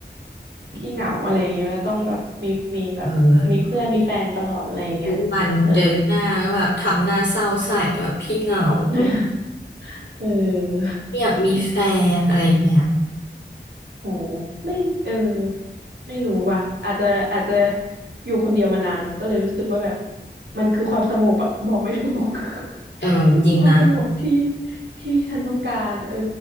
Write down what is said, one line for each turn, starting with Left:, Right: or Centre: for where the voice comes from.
Right: ขี้เหงาอะไรอย่างเงี้ยไหมต้องแบบมีมีแบบมีเพื่อนมีแฟนตลอดอะไรอย่างเงี้ย
Left: <laughs> เออทุกวันเจอหน้าก็แบบทำหน้าเศร้าใส่แบบพี่เหงา
Right: เออ <laughs>
Left: <laughs>
Right: เออ
Left: ไม่อยากมีแฟนอะไรเงี้ย
Right: โหไม่เออไม่รู้ว่ะอาจจะอาจจะอยู่คนเดียวมานานมันก็เลยรู้สึกว่าแบบมันคือความสงบอะบอกไม่ถูก <laughs>
Left: เออจริงนะ
Right: มันคือความสงบที่ที่ฉันต้องการเออ